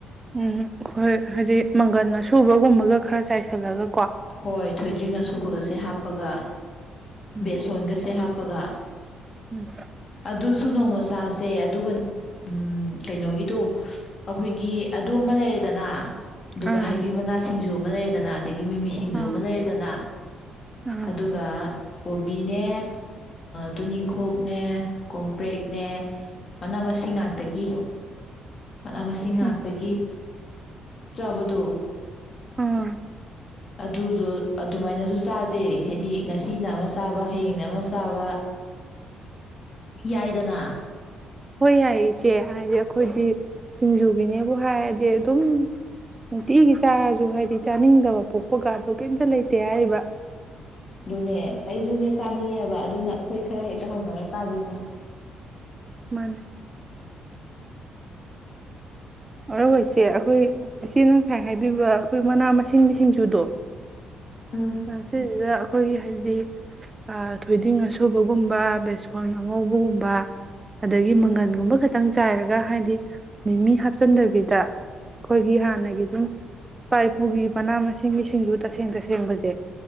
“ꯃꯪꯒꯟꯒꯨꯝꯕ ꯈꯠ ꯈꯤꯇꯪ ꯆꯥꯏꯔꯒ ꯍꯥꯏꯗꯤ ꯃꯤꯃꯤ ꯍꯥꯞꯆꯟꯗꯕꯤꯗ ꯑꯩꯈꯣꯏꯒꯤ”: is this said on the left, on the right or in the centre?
Right